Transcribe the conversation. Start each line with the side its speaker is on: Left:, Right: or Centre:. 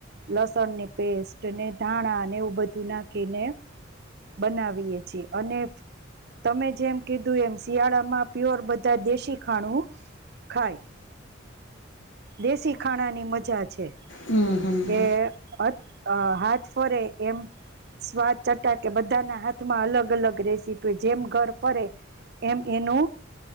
Right: લસણની પેસ્ટ, અને ધાણા ને એવું બધું નાખીને. બનાવીએ છીએ અને તમે જેમ કીધું એમ શિયાળામાં પ્યોર બધા દેશી ખાણું. ખાય! દેશી ખાણાની મજા છે.
Left: હમ હમ હમ.
Right: કે અ અ હાથ ફરે એમ સ્વાદ ચટાકે બધાના હાથમાં અલગ અલગ રેશ જેમ ઘર ફરે એમ એનું